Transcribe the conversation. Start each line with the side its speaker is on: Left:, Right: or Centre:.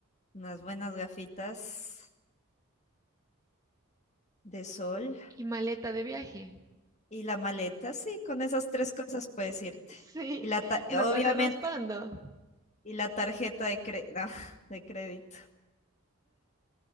Left: unas buenas gafitas de sol
Right: y maleta de viaje.
Left: y la maleta, sí, con esas tres cosas puedes irte.
Right: Sí,
Left: Y la ta-
Right: me
Left: obviamente,
Right: pasé raspando.
Left: y la tarjeta de cre- no, <laughs> de crédito.